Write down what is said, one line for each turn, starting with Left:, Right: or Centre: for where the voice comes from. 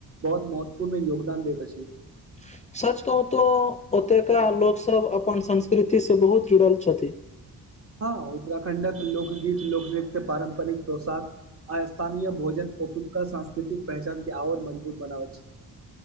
Right: बहुत महत्वपूर्ण योगदान देत अछि।
Left: <inaudible> सच कहूं तो ओतुका लोकसभ अपन संस्कृतिसे बहुत जुड़ल छथि।
Right: हँ उत्तराखण्डक लोकगीत, लोकनृत्य, पारम्परिक पोशाक आ स्थानीय भोजन औतुका सांस्कृतिक पहचान के आओर मजबूत बनाबै छै।